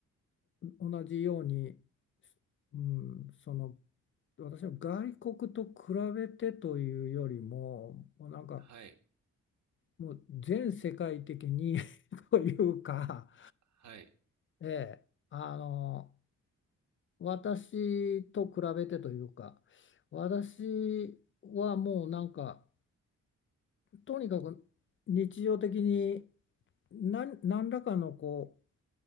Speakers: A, on the left; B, on the right.
A: お同じように、うん、その、私は外国と比べてというよりも、もうなんか、
B: はい。
A: もう全世界的に <laughs> というか、
B: はい。
A: ええ、あの、私と比べてというか、私はもうなんか、とにかく日常的に何、何らかのこう、